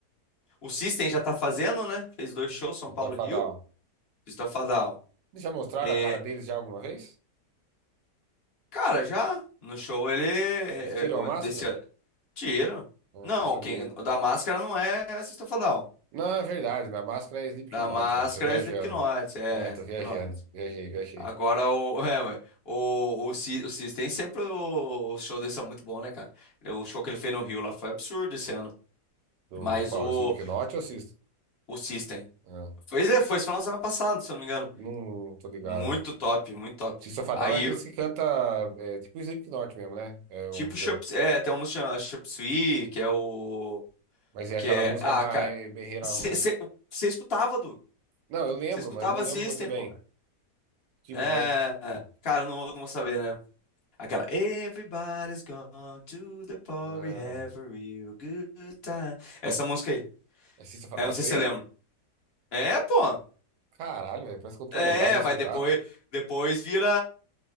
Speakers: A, on the left; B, on the right.
A: o System já tá fazendo, né? Fez dois shows, São
B: Esbafadal.
A: Paulo e Rio. System of a Down.
B: Eles já mostraram
A: É,
B: a cara deles já alguma vez?
A: Cara, já no show ele é,
B: Eles tiram
A: é, o
B: a máscara?
A: desse ano- tiro.
B: Ah,
A: Não,
B: não sabia.
A: quem o da máscara não é System não.
B: Não, é verdade, na máscara é Slipknot,
A: Da máscara
B: velho. Tô viajando.
A: é Slipknot, é
B: É, tô
A: Slipknot.
B: viajando. Viajei, viajei.
A: Agora o <laughs> é, mas o o, Sis- o System sempre o, o show desse é muito bom, né, cara? O show que ele fez no Rio lá foi absurdo esse ano.
B: Do
A: Mas
B: qual?
A: o
B: Slipknot ou System?
A: o System
B: Ah,
A: foi é, foi esse final de semana passado, se eu não me engano.
B: não tô ligado.
A: Muito top, muito top.
B: Sisofadal
A: Aí
B: é aqueles que canta é, tipo Slipknot mesmo, né? É,
A: tipo
B: o que-
A: Chop- é, tem uma música Chop Suey, que é o
B: mas é
A: Que
B: aquela
A: é.
B: música
A: Ah,
B: mais
A: cara.
B: berreirão,
A: Você
B: né?
A: escutava, Du.
B: Não, eu lembro,
A: Você escutava
B: mas eu não lembro
A: System,
B: muito bem.
A: porra.
B: Tipo,
A: É.
B: mas.
A: é,
B: <clears throat>
A: Cara, não, vou- não vou saber, né? Aquela. Everybody's gone to the party,
B: Ah,
A: have a real good time. Essa música aí.
B: é Sisofadal
A: É, não
B: isso
A: sei se
B: aí?
A: você lembra. É, pô.
B: Caralho, velho. Parece que eu tô
A: É,
B: lembrado de escutar.
A: mas depois, depois vira.